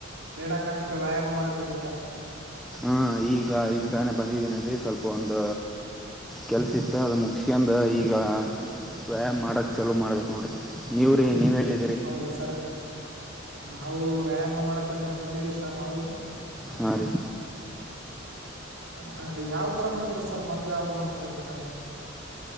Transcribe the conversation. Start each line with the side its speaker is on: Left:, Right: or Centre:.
Right: ಕ್ರೀಡಾಂಗಣಕ್ಕೆ ವ್ಯಾಯಾಮ ಮಾಡಕ್ ಬಂದಿದೀರಾ
Centre: ಹಾ ಈಗ ಈಗ ತಾನೇ ಬಂದಿದ್ದೀನಿಲ್ರಿ ಸ್ವಲ್ಪ ಒಂದ ಕೆಲ್ಸ ಇತ್ತ ಅದ ಮುಖ್ಯಂದ ಈಗ ವ್ಯಾಯಾಮ್ ಮಾಡಕ್ ಚಲೋ ಮಾಡ್ಬೇಕಕ್ ನೋಡ್ರಿ ನೀವ್ರೀ ನೀವ ಎಲ್ಲಿ
Right: ಹೌದಾ ಸರ್ ನಾವು ವ್ಯಾಯಾಮ ಮಾಡಕಂತಾನೆ ಬಂದಿದೀವಿ ಸರ್ ನಾವು
Centre: ಹಾ ರೀ
Right: ಹ ಹಾ ಯಾವ ತರ ಮಾಡ್ತರಾ ಸರ್ ಮದ್ಲು ಯಾವ್ದ್ ಮಾಡ್ತಾರಾ ನೀವುಯ